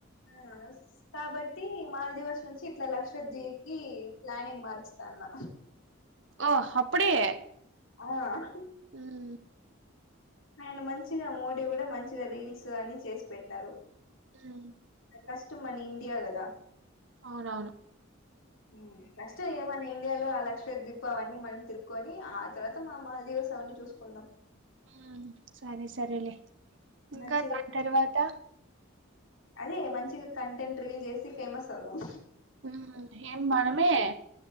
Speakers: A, on the left; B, on the right.
A: ఆహ్ కాబట్టి మాల్ దివస్ నుంచి ఇట్లా లక్షదీప్ కి ప్లానింగ్ మార్చుతా. అన్న.
B: ఆహ్ అప్పుడే.
A: ఆహ్.
B: మ్మ్
A: ఆయన మంచిగా మోడీ కూడా మంచిగా రీల్స్ అన్ని చేసి పెట్టినారు.
B: ఉమ్.
A: ఫస్ట్ మన ఇండియా కదా.
B: అవునవును.
A: ఉమ్ ఫస్ట్ ఈ మన ఇండియాలో ఆ లక్ష ద్వీప్ అవన్నీ మనం తిరుకొని ఆ తర్వాత మా మాల్. దేశాన్ని చూసుకుందాం.
B: ఉమ్ సరే సరేలే ఇంకా
A: మంచిగా
B: దాని తర్వాత.
A: అదే మంచిగా కంటెంట్ రిల్ చేసి ఫేమస్ అవుదాం.
B: ఉమ్ ఏన్ మనమే.